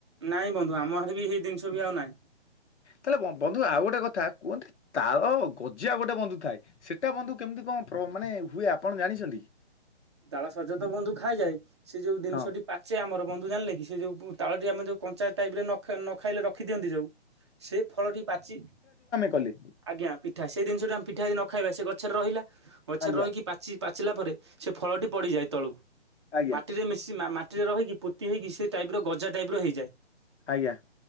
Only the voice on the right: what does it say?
ନାଇଁ ବନ୍ଧୁ, ଆମ ଆଡେ ବି ହେଇ ଜିନଷବି ଆଉ ନାହିଁ।
ତାଳ ସଜତ ବନ୍ଧୁ ଖାଆଯାଏ, ସେଯୋଉ ଜିନିଷଟି
ପାଚେ ଆମର, ବନ୍ଧୁ ଜାଣିଲେକି, ସେଯୋଉ ତାଳଟି ଆମେ ଯୋଉ କଞ୍ଚା ଟାଇପ୍ ରେ ନ ଖାଇଲେ, ନଖାଇଲେ ରଖିଦିଅନ୍ତି ଯୋଉ ସେ ଫଳଟି ପାଚି
ଆଜ୍ଞା ପିଠା ସେ ଜିନିଷ ଆମ ପିଠା ଯଦି ନ ଖାଇବା ସେ ଗଛରେ ରହିଲା ଗଛରେ
ରହିକି ପା ଚି ପାଚିଲା ପରେ ସେ ଫଳଟି ପଡିଯାଏ ତଳକୁ
ମାଟିରେ ମିଶି ମା ମା ରେ ରହିକି ପୋତି ହେଇକି ସେଇ ଟାଇପପ ର ଗଜା ଟାଇପ ର ହେଇାଯାଏ।